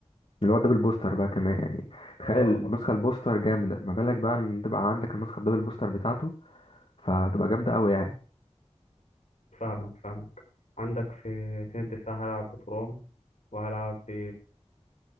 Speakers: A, on the left (about 55°); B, on the left (about 80°).
A: اللي هو الدبل بوستر بقى كمان يعني
B: اه
A: تخيل النسخة
B: اه
A: البوستر جامدة ما بالك بقى ان تبقى عندك النسخة الدبل بوستر بتاعته فتبقى جامدة قوي يعني
B: فاهمك فاهمك عندك في اتنين دفاع هلعب بترام وهلعب ب...